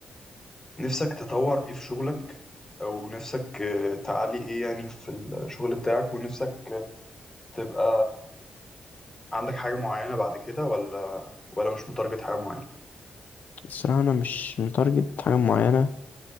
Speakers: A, on the left; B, on the left.
A: نفسك تطور ايه في شغلك او نفسك آه، تعلي ايه يعني في الشغل بتاعك ونفسك تبقى عندك حاجة معينة بعد كده ولا ولا مش متارجت حاجة معينة؟
B: الصراحة أنا مش متارجت حاجة معينة